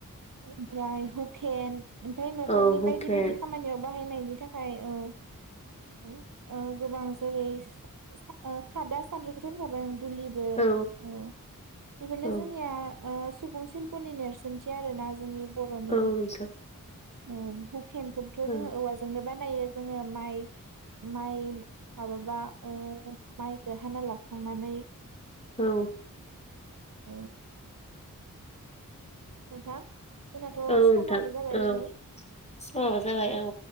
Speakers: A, on the right; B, on the left.
A: ओमफ्राय हुकेन ओमफाय न'खरनि
B: औ हुखेन
A: बायदि बायदि खामानियाव बाहायनायनि थाखाय। हेल' ओ गोबां जेरै सा खादा सान्द्रिखौथ' होनखाबाय आं। दुलिबो।
B: औ
A: ओ बेफोरनो
B: औ
A: जोंनिया। ओ सुबुं शिल्पनि नेरसोनथि आरोना जोंनि। बर'नि।
B: औ नोंथां
A: औ हुग हुखेन खोनथ'
B: औ
A: जोङो औवाजोंनो बानाय खायो जोङो माइ माइ माबाबा ओ माइखौ हाना लाबखांनानै।
B: औ।
A: अ नोंथां जोंनाथ'
B: औ
A: समाबो
B: नोंथां
A: जाबाय
B: औ
A: इनै
B: समाबो जाबाय औ